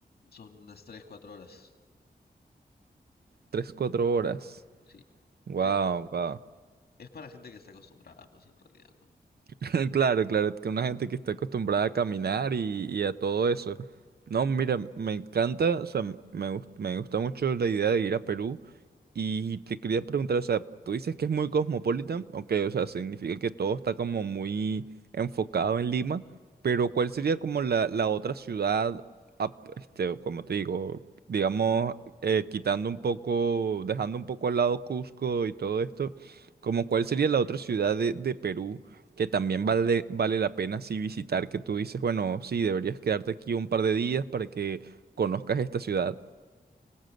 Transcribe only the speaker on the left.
Son unas 3 4 horas,
sí.
Eh,
es para gente que está acostumbrada, pues en realidad, ¿no?